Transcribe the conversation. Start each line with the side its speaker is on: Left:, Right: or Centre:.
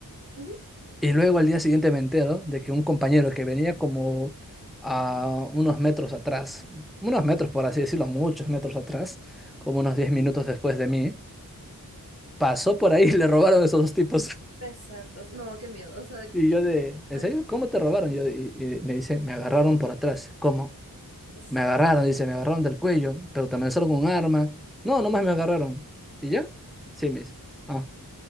Right: ujú,
Centre: Y luego al día siguiente me entero de que un compañero que venía como a unos metros atrás, unos metros por así decirlo, muchos metros atrás, como unos 10 minutos después de mí, pasó por ahí y le robaron a esos dos tipos.
Right: Pesacos. No, qué miedo. O sea,
Centre: Y
Right: qué
Centre: yo de, ¿en
Right: tal.
Centre: serio? ¿Cómo te robaron? Yo, y, y me dice, me agarraron por atrás. ¿Cómo?
Right: es
Centre: Me agarraron, dice, me agarraron del cuello, pero te amenazaron
Right: no.
Centre: con un arma. No, nomás me agarraron. ¿Y ya? Sí, me dice. Ah,